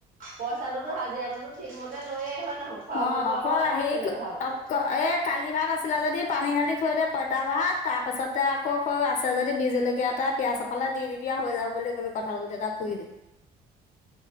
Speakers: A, on the right; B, on the left.
A: পইচাটোতো হাজিৰাটোতো ঠিকমতে লৈয়ে হয় নহয়। খুৱাব
B: অ'
A: বোৱাব
B: অকল
A: লাগে
B: হেৰি
A: কেলে ভালকে
B: অ' এই কালি ভাত আছিলে যদি পানী ধালি দিয় পইতা ভাত তাৰ পিছতে আকৌ সৌ আছে যদি বিজ জলকীয়া এটা পিয়াজ এফালে দি দিবি হৈ যাব বুলি। কঠাল গুতি এটা পুৰি দিবি।